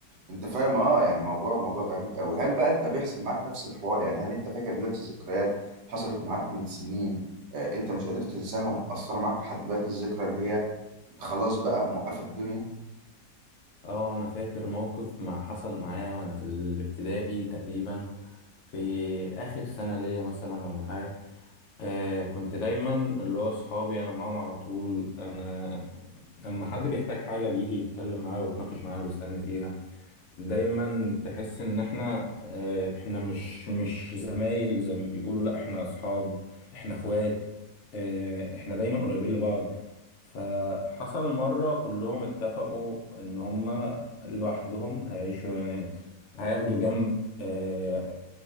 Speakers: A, on the right (about 70°); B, on the left (about 75°).
A: انت فاهم اه يعني موضوع موضوع غريب قوي هل بقى انت بيحصل معاك نفس الحوار يعني هل انت فاكر دلوقتي ذكريات حصلت معاك من سنين آه، انت مش قادر تنساها ومأثرة معاك لحد دلوقتي الذكرى اللي هي خلاص بقى موقفة الدنيا
B: اه انا فاكر موقف مع حصل معايا وانا في الابتدائي تقريبا في آخر سنة ليا مثلا ولا حاجة آه كنت دايما اللي هو صحابي أنا معاهم على طول أنا لما حد بيحتاج حاجة بيجي يتكلم معايا ويتناقش معايا ويسألني فيها دايما تحس ان احنا آه، احنا مش مش زمايل زي ما بيقولوا لا احنا اصحاب احنا اخوات آه، احنا دايما قريبين لبعض فحصل مرة كلهم اتفقوا ان هما لوحدهم هيعيشوا يعني هياخدوا جنب آه،